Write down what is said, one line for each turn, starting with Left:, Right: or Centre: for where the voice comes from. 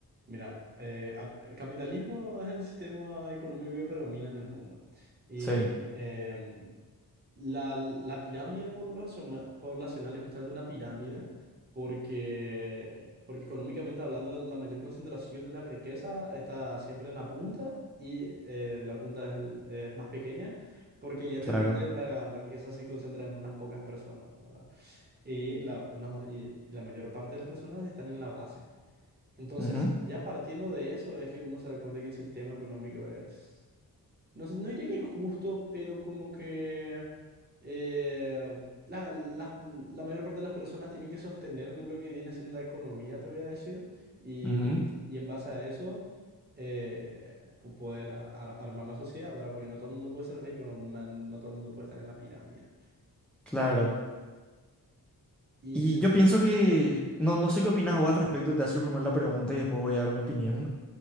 Right: mira, eh, a- el capitalismo es el sistema económico que predomina en el mundo. Y
Centre: Sí,
Right: em, la, la pirámide poblaciona- poblacional es justamente una pirámide porque, porque económicamente hablando la mayor concentración de la riqueza está siempre en la punta y eh, la punta es, el- es más pequeña porque evidentemente
Centre: claro.
Right: la, la riqueza se concentra en unas pocas personas, ¿verdad? y la, no- y la mayor parte de las personas están en la base. Entonces,
Centre: Ujú.
Right: ya partiendo de eso, es que uno se da cuenta que el sistema económico es, no sé, no diría que injusto, pero como que eh, la, la- la mayor parte de las personas tienen que sostener lo que viene siendo la economía, te voy a decir, y,
Centre: Ujú,
Right: y en base a eso... eh, po- poder a- ar- armar la sociedad, ¿verdad? Porque no todo el mundo puede ser rico, no, na- no todo el mundo puede estar en la pirámide.
Centre: Claro.
Right: Eh, y
Centre: Y yo pienso que, no, no sé qué opinas vos al respecto, te hace primero la pregunta y después voy a dar mi opinión,